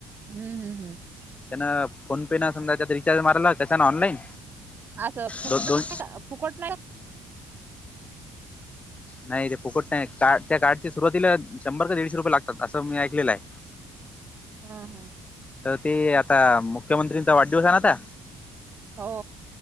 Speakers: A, on the right; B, on the left.
A: हम्म हम्म हम्म.
B: त्यान फोन पे न समजा त्या रिचार्ज मारला कशानं ऑनलाईन.
A: असं फुकट
B: दो दोन
A: राहते का फुकट नाही.
B: नाही ते फुकट नाही. का त्या कार्डच्या सुरुवातीला शंभर का दीडशे रुपये लागतात. असं मी ऐकलेलं आहे.
A: ह ह.
B: तर ते आता मुख्यमंत्रीचा वाढदिवस आहे ना आता.
A: हो.